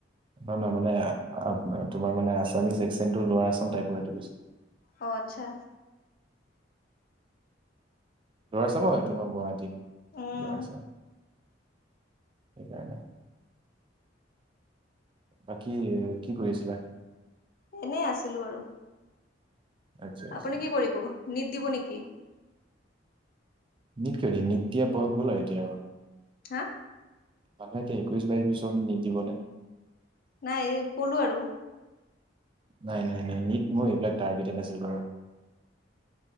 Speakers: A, on the right; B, on the left.
A: নয়, নয়, মানে তোমাৰ মানে আছামিছ একচেনটো লোৱাৰ আছাম টাইপৰ সেইটো কৈছোঁ।
B: অ, আচ্ছা।
A: লয়াৰ আছাম হইটো ন, গুৱাহাটী
B: উম
A: লয়াৰ আছাম। সেইকাৰণে। বাকী এ, কি কৰি আছিলা
B: এনেই আছিলো আৰু
A: আচ্ছা আচ্ছা
B: আপুনি কি কৰিব নিট দিব নেকি?
A: নিত কিয় দিম নিত দিয়া বয়স গ'ল আৰু এতিয়া আও
B: হা
A: মানে এতিয়া একৈশ বাইশ বছৰ নিত দিবনে?
B: নাই, এই কলো আৰু
A: নাই-নাই- নাই নীট মোৰ এইবিলাক টাৰ্গেটেড নাছিল বাৰু।